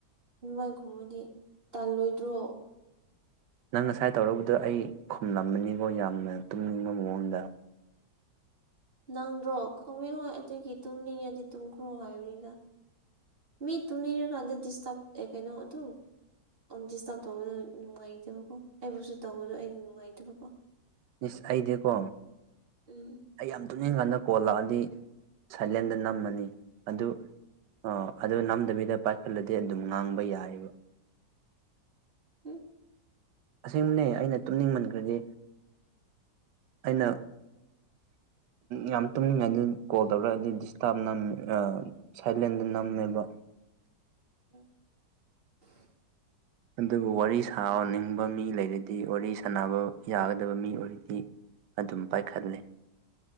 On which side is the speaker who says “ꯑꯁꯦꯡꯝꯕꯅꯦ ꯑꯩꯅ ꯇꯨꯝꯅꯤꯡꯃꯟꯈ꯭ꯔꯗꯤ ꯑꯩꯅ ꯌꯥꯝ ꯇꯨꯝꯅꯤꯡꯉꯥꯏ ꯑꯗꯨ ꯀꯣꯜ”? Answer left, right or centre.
Right